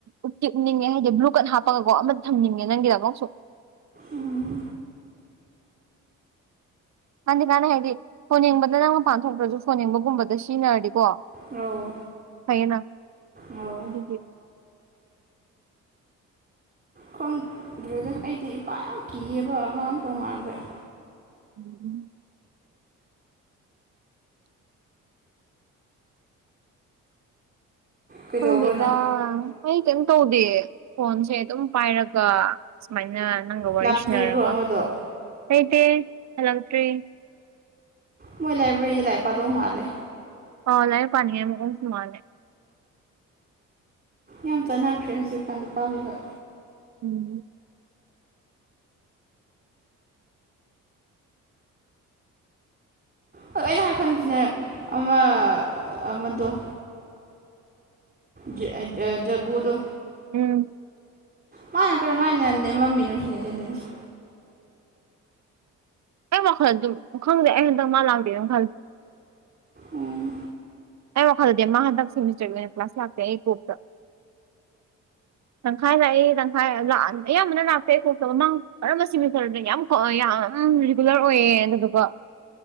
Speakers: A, on the right; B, on the right.
A: ꯎꯞꯇꯤ ꯎꯞꯅꯤꯡꯉꯦ ꯍꯥꯏꯗꯤ ꯕ꯭ꯂꯨ ꯀꯠ ꯍꯥꯞꯄꯒꯀꯣ ꯑꯃꯗꯤ ꯊꯝꯅꯤꯡꯉꯦ ꯅꯪꯒꯤꯗꯃꯛꯁꯨ꯫
B: ꯎꯝ
A: ꯀꯥꯟꯗꯤ ꯀꯥꯟꯅꯩ ꯍꯥꯏꯗꯤ ꯐꯣꯟ ꯌꯦꯡꯕꯗ ꯅꯪ ꯃꯄꯥꯟ ꯊꯣꯛꯇ꯭ꯔꯁꯨ ꯐꯣꯟ ꯌꯦꯡꯕꯒꯨꯝꯕꯗ ꯁꯤꯖꯤꯟꯅꯔꯗꯤꯀꯣ꯫
B: ꯑꯧ꯫
A: ꯐꯩꯌꯦꯅꯥ
B: ꯑꯧ
A: ꯑꯗꯨꯒꯤ꯫
B: ꯈꯪꯗ꯭ꯔꯦꯗ ꯑꯩꯗꯤ ꯏꯄꯥ ꯌꯥꯝ ꯀꯤꯌꯦꯕ ꯑꯉꯥꯡ ꯇꯧꯃꯥꯟꯕꯩ
A: ꯎꯝ <unintelligible>
B: ꯀꯩꯗꯧꯕ꯭ꯔꯣꯅꯣ
A: ꯈꯪꯗꯦꯗꯥ ꯑꯩ ꯀꯩꯝ ꯇꯧꯗꯦ ꯐꯣꯟꯁꯦ ꯗꯨꯝ ꯄꯥꯏꯔꯒ ꯁꯨꯃꯥꯏꯅ ꯅꯪꯒ ꯋꯥꯔꯤ
B: ꯂꯥꯛꯇ꯭ꯔꯤꯕ꯭ꯔꯣ
A: ꯁꯅꯔꯒ
B: ꯑꯃꯗꯣ
A: ꯂꯩꯇꯦ ꯍꯂꯛꯇ꯭ꯔꯤ
B: ꯃꯣꯏ ꯂꯥꯏꯕ꯭ꯔꯦꯔꯤꯗ ꯂꯥꯏꯛ ꯄꯥꯗꯧ ꯃꯥꯜꯂꯦ꯫
A: ꯑꯣ ꯂꯥꯏꯔꯤꯛ ꯄꯥꯅꯤꯡꯉꯥꯏ ꯃꯑꯣꯡꯁꯨ ꯃꯥꯜꯂꯦ
B: ꯌꯥꯝ ꯆꯥꯟꯅꯈ꯭ꯔꯦ ꯍꯧꯖꯤꯛꯀꯥꯟ ꯅꯨꯄꯥ ꯍꯣꯏꯒ
A: ꯎꯝ
B: ꯍꯣꯏ ꯑꯩꯅ ꯍꯥꯟ ꯈꯟꯕꯁꯤꯅꯥ ꯑꯃ ꯑꯃꯗꯣ ꯖꯦ ꯑ ꯑꯥ ꯖꯒꯨꯗꯣ
A: ꯎꯝ
B: ꯃꯥꯅ ꯀꯔꯝꯃꯥꯏꯅ ꯅꯦꯝꯃꯝꯃꯤꯅꯣ ꯁꯤꯅꯤ ꯑꯦꯇꯦꯟꯗꯦꯟꯁꯁꯦ
A: ꯑꯩ ꯋꯥꯈꯜꯗ ꯑꯗꯨꯝ ꯈꯪꯗꯦ ꯑꯩ ꯍꯟꯗꯛ ꯃꯥ ꯂꯥꯛꯇꯦ ꯗꯨꯝ ꯈꯜꯂꯤ
B: ꯎꯝ
A: ꯑꯩ ꯋꯥꯈꯜꯗꯗꯤ ꯃꯥ ꯍꯟꯗꯛ ꯁꯦꯃꯤꯁꯇꯔꯒꯤ ꯑꯣꯏꯅ ꯀ꯭ꯂꯥꯁ ꯂꯥꯛꯇꯦ ꯑꯩ ꯀꯣꯛꯇ꯫ ꯇꯪꯈꯥꯏ ꯂꯥꯛꯏ ꯇꯪꯈꯥꯏ ꯂꯥꯛ ꯑꯌꯥꯝꯕꯅ ꯂꯥꯛꯇꯦ ꯑꯩ ꯀꯣꯛꯇ ꯃꯃꯥꯡ ꯀꯔꯝꯕ ꯁꯤꯃꯤꯊꯔꯗꯅꯣ ꯌꯥꯝ ꯍꯣꯏ ꯌꯥꯝ ꯔꯤꯒꯨꯂꯔ ꯑꯣꯏꯌꯦ ꯑꯗꯨꯗꯨꯒ